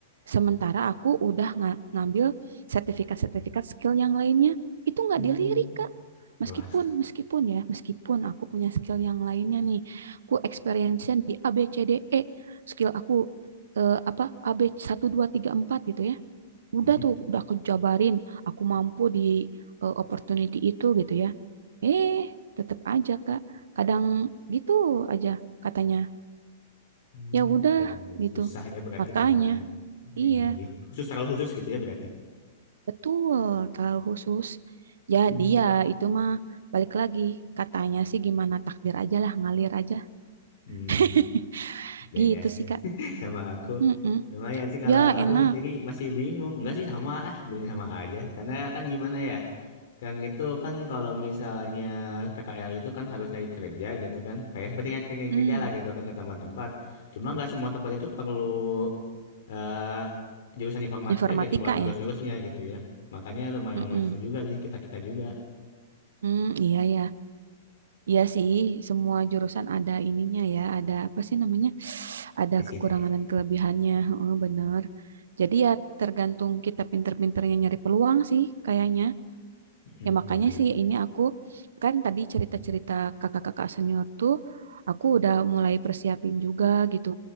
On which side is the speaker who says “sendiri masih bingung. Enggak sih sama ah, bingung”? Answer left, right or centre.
Left